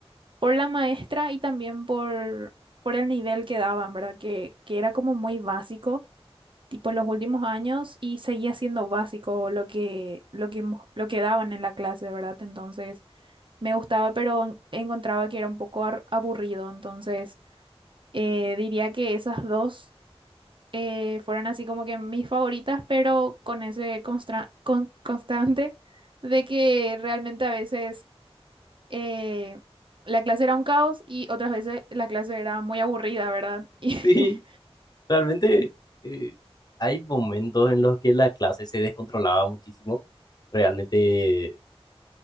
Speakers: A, on the right; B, on the left.
A: por la maestra y también por, por el nivel que daban, ¿verdad? Que, que era como muy básico. tipo en los últimos años y seguía siendo básico lo que, lo que, mo- lo que daban en la clase, ¿verdad? Entonces, me gustaba, pero en- encontraba que era un poco ar- aburrido. Entonces, eh, diría que esas dos eh, fueron así como que mis favoritas, pero con ese constra- con- constante <laughs> de que realmente a veces eh, la clase era un caos y otras veces la clase era muy aburrida, ¿verdad? <laughs>
B: Sí, realmente eh, hay momentos en los que la clase se descontrolaba muchísimo realmente